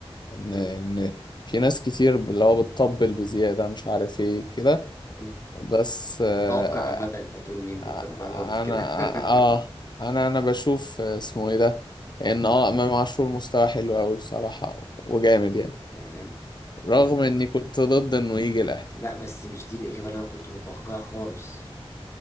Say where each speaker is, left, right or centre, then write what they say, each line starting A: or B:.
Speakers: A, on the left; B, on the left.
A: ان
B: امم
A: ان في ناس كتير اللي هو بتطبل بزياده مش عارف ايه كده
B: أمم.
A: بس
B: انا
A: آه
B: متوقع عامه انت هتقول مين بالطريقه
A: آه،
B: ما قلت كده
A: انا اه
B: <laughs>
A: آه، انا انا بشوف آه، اسمه ايه ده ان اه امام عاشور مستوى حلو قوي بصراحه وجامد يعني
B: تمام
A: رغم
B: أمم.
A: اني كنت ضد انه يجي الاهلي
B: لا بس مش دي الاجابه اللي انا كنت متوقعها خالص